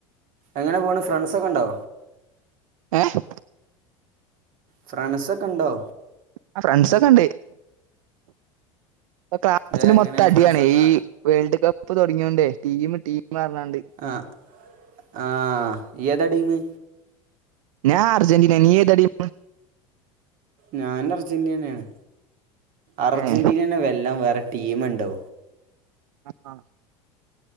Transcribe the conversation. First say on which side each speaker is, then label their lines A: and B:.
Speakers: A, on the right; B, on the right.
A: എങ്ങനെ പോണ് ഫ്രണ്ട്സൊക്കെണ്ടോ
B: ഏഹ്
A: ഫ്രാണ്ട്സ് ഒക്കെണ്ടോ
B: ആഹ് ഫ്രണ്ട്സൊക്കെ ഉണ്ട് ഇപ്പൊ ക്ലാസില്
A: ഏഹ് എങ്ങനെ
B: മൊത്തം അടിയാണ്
A: ഫ്രണ്ട്സൊക്കെ
B: ഈ വേൾഡ് കപ്പ് തുടങ്ങിയോണ്ടേ ടീമ് ടീമാർഞ്ഞാണ്ട്
A: ആഹ് ആഹ് ഇയ്യേതാ ടീമ്
B: ഞാർജന്റീന നീ ഏതാ ടീം
A: ഞാനും അർജന്റീനന്നേണ് അർജന്റീനനെ
B: ഏ
A: വെല്ലാൻ വേറെ ടീമ്ണ്ടാ
B: ആഹ് ആഹ്